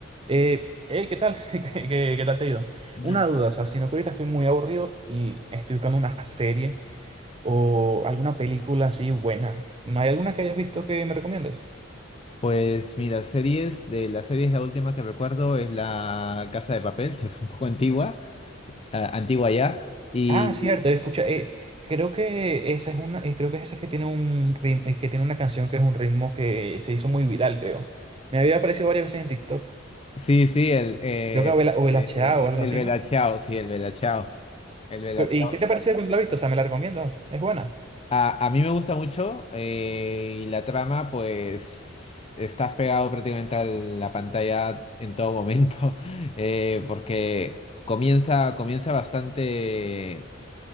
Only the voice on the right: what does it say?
Eh, hey, ¿qué tal? <laughs> ¿Qué, qué- qué tal te ha ido?
Una duda, o sea, sino que ahorita estoy muy aburrido y estoy buscando una serie o alguna película así buena. ¿No hay alguna que hayas visto que me recomiendes?
Ah, cierto, escucha, eh, creo que esa es una, eh, creo que es esa que tiene un ritmo, que tiene una canción que es un ritmo que se hizo muy viral, creo. Me había aparecido varias veces en TikTok.
Creo que o el, o
el HA o algo
así,
¿no?
Pero,
¿y qué te pareció cuando la viste? O sea, ¿me la recomiendas? Es buena.